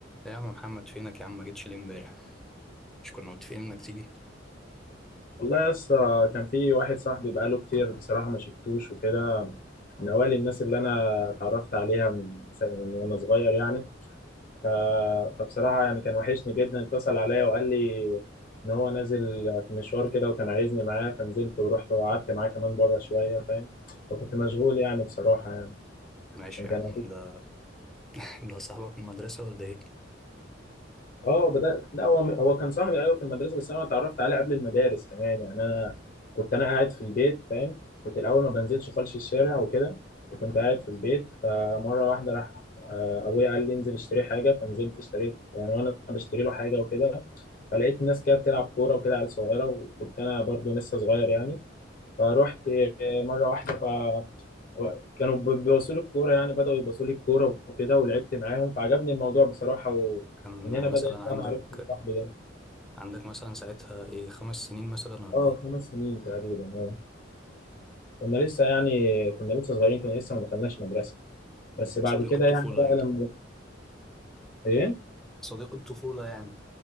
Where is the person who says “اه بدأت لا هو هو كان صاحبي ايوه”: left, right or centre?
Left